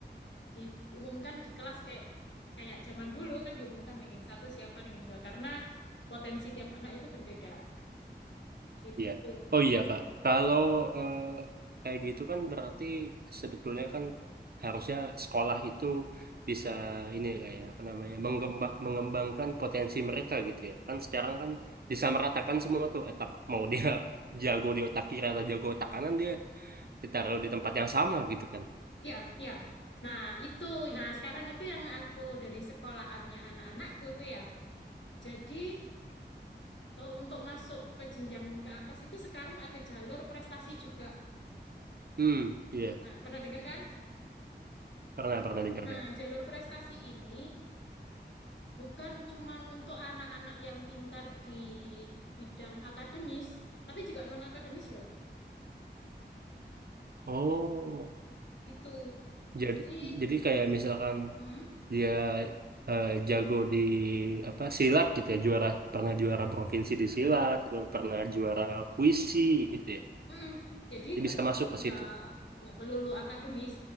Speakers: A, on the left (about 85°); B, on the right (about 60°).
A: diumumkan di kelas kayak kayak zaman dulu kan diumumkan ranking satu siapa ranking dua karena potensi tiap anak itu berbeda gitu.
B: Iya. Oh iya Kak, kalau eh, kayak gitu kan berarti sebetulnya kan harusnya sekolah itu bisa ini ya, Kak ya, apa namanya mengemba- mengembangkan potensi mereka gitu ya. Kan sekarang kan disamaratakan semua tuh etak mau dia <laughs> jago di otak kiri atau jago otak kanan dia ditaruh di tempat yang sama gitu kan.
A: Ya, ya. Nah, itu. Nah, sekarang itu yang aku dari sekolahannya anak-anakku tuh ya. Jadi eh, untuk masuk ke jenjang ke atas itu sekarang ada jalur prestasi juga.
B: Hmm, iya.
A: Nah, pernah dengar kan?
B: Pernah pernah dengar
A: Nah,
B: dia.
A: jalur prestasi ini bukan cuman untuk anak-anak yang pintar di bidang akademis, tapi juga non-akademis loh.
B: Oh,
A: Gitu.
B: jadi
A: Jadi,
B: jadi kayak misalkan
A: mm,
B: dia eh, jago di apa silat gitu ya juara pernah juara provinsi di silat atau pernah juara puisi gitu ya
A: mm, jadi
B: dia
A: nggak
B: bisa masuk ke
A: nggak
B: situ
A: nggak melulu akademis.